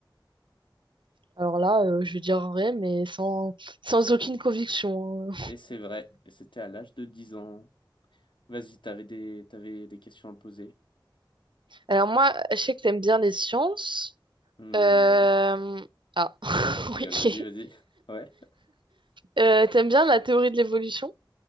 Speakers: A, on the right; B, on the left.
A: Alors là, euh, je vais dire vrai, mais sans, sans aucune conviction. hein.
B: Et c'est vrai. Et c'était à l'âge de 10 ans. Vas-y, t'avais des... t'avais des questions à me poser?
A: Alors moi, je sais que t'aimes bien les sciences.
B: Hmm,
A: Euh,
B: non.
A: Ah, <laughs>
B: Non, je rigole.
A: ok.
B: Vas-y, vas-y. <laughs> Ouais.
A: Euh, t'aimes bien la théorie de l'évolution?